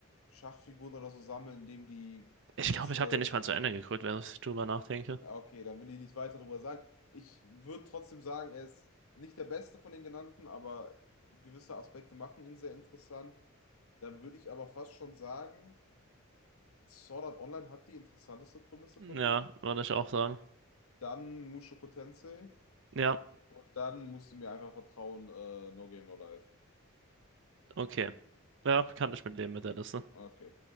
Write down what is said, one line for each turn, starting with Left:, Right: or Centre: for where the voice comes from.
Left: Schachfiguren oder so sammeln, indem die
Right: Ich
Left: gewisse...
Right: glaube, ich habe den nicht mal zu Ende geguckt, wenn ich drüber nachdenke.
Left: Ja, okay, dann will ich nicht weiter drüber sagen. Ich würde trotzdem sagen, er ist nicht der Beste von den genannten, aber gewisse Aspekte machen ihn sehr interessant. Dann würde ich aber fast schon sagen, Sword Art Online hat die interessanteste Prämisse
Right: Ja,
Left: von denen.
Right: würde ich auch sagen.
Left: Dann Mushoku Tensei.
Right: Ja,
Left: Und dann musst du mir einfach vertrauen, äh, No Game, No Life.
Right: okay. Ja, kann ich mitleben mit der Liste.
Left: Okay.